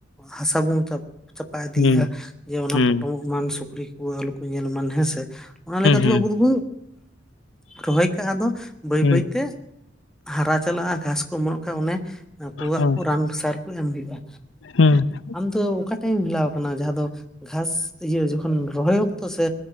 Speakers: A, in the centre; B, on the left (about 85°).
A: ᱦᱟᱥᱟ ᱵᱚᱱ ᱪᱟᱯᱟ ᱤᱫᱤᱭᱮᱫᱼᱟ
B: ᱦᱩᱸ
A: ᱡᱮ ᱚᱱᱟ
B: ᱦᱩᱸ ᱦᱩᱸ
A: ᱯᱚᱴᱚᱢᱚᱜ ᱮᱢᱟᱱ ᱥᱩᱠᱨᱤ ᱠᱚ ᱟᱞᱚ ᱠᱚ ᱧᱮᱞ ᱢᱟᱟᱱ ᱦᱮᱸᱥᱮ ᱚᱱᱟ ᱞᱮᱠᱟᱛᱮ
B: ᱦᱩᱸ
A: ᱟᱵᱚ ᱫᱚᱵᱚ ᱨᱚᱦᱚᱭ ᱠᱟᱜ ᱟᱫᱚ ᱵᱟᱹᱭ
B: ᱦᱩᱸ
A: ᱵᱟᱹᱭᱛᱮ ᱦᱟᱨᱟ ᱪᱟᱞᱟᱜᱼᱟ ᱜᱷᱟᱸᱥ ᱠᱚ ᱚᱢᱚᱱ ᱠᱷᱟᱡ ᱚᱱᱮ ᱯᱳᱣᱟᱜ
B: ᱦᱩᱸ
A: ᱠᱚ ᱨᱟᱱ ᱥᱟᱨ ᱠᱚ ᱮᱢ ᱦᱩᱭᱩᱜᱼᱟ᱾
B: ᱦᱩᱸ
A: ᱟᱢ ᱫᱚ ᱚᱠᱟ ᱴᱟᱭᱤᱢ ᱵᱷᱮᱞᱟᱣ ᱟᱠᱟᱱᱟ ᱡᱟᱦᱟᱸ ᱫᱚ ᱜᱷᱟᱥ ᱤᱭᱟᱹ ᱡᱚᱠᱷᱚᱱ ᱨᱚᱦᱚᱭ ᱚᱠᱛᱚ ᱥᱮ